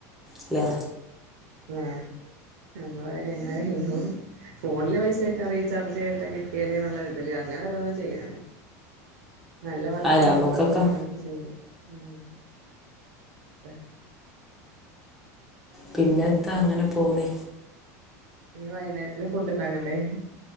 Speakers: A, in the centre; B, on the right.
A: അല്ലേ
B: ആഹ് ആഹ് നമ്മളെ കാര്യം അങ്ങനെ കഴിഞ്ഞ് പോവും. ഫോണില് പൈസ കേറ്റാ റീചാർജ് കേറ്റാ കിട്ടിയാല്ന്ന്ള്ള ഇതില് അങ്ങനെ ഓരോന്നു ചെയ്യണതാ നല്ല വർക്ക്
A: ആ നമ്മക്കൊക്കെ
B: മാത്രം നോക്കി ചെയ്യുക ഉം. അത
A: പിന്നെത്താ അങ്ങനെ പോണു
B: ഇനി വൈന്നേരത്തിന് ഫുഡ്ഡ്ണ്ടാക്കണ്ടേ?